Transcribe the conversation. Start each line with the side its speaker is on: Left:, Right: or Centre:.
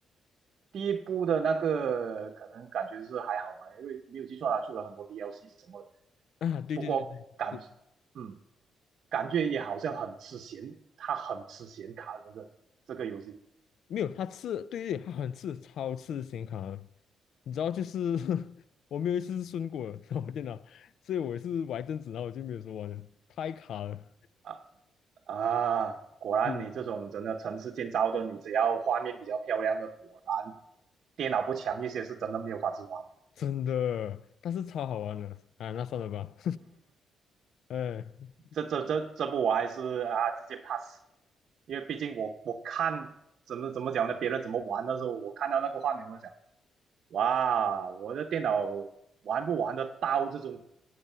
Right: 第一部的那个可能感觉是还好吧，因为没有记错啊，出了很多 DLC 什么的
Left: 啊，对对对对对，
Right: 不过感，嗯，感觉也好像很吃显，它很吃显卡这个这个游戏
Left: 没有，他刺，对对，他很刺，超刺显卡的。你知道，就是 <laughs> 我没有一次是顺过的，<laughs> 然后我电脑，所以我也是玩一阵子，然后我就没有说玩了，太卡了，
Right: 啊啊！果然你这种真的城市建造的，
Left: 对对对
Right: 你只要画面比较漂亮的，果然电脑不强一些是真的没有法子玩。
Left: 真的，但是超好玩的啊，那算了吧，<laughs> 哎。
Right: 这这这这部我还是啊直接 pass，因为毕竟我我看怎么怎么讲呢，别人怎么玩的时候，我看到那个画面，我就想，哇，我的电脑玩不玩得到这种，